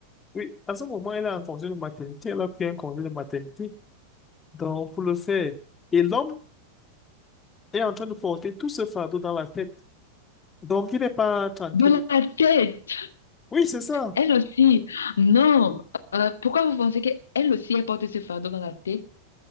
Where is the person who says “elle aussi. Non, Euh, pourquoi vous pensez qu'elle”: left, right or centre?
Left